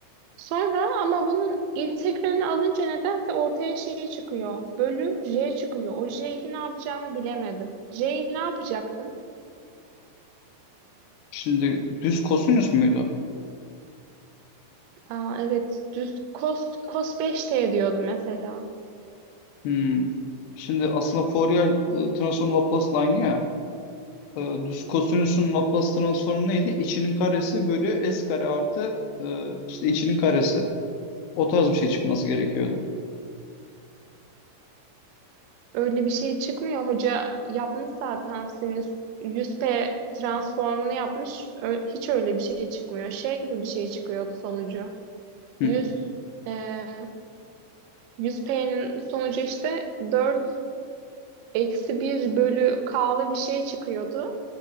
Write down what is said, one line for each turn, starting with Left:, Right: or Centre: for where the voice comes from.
Right: Sonra ama bunun integralini alınca nedense ortaya şey çıkıyor. Bölü J çıkıyor. O J'yi ne yapacağımı bilemedim. J'yi ne yapacaktım?
Left: Şimdi düz kosinüs müydü?
Right: Aa, evet düz cos, cos beş t diyordum mesela.
Left: Hmm. Şimdi aslında Fourier e, transform Laplace line'ı ya. E, düz kosinüsün Laplace transformu neydi? İçinin karesi bölü s kare artı e, işte içinin karesi. O tarz bir şey çıkması gerekiyordu.
Right: Öyle bir şey çıkmıyor. Hoca yapmış zaten sinüs yüz p transformunu yapmış. Ö- hiç öyle bir şey çıkmıyor. Şey gibi bir şey çıkıyordu sonucu.
Left: Hı.
Right: 100 e, 100P'nin sonucu işte 4 eksi bir bölü K'lı bir şey çıkıyordu.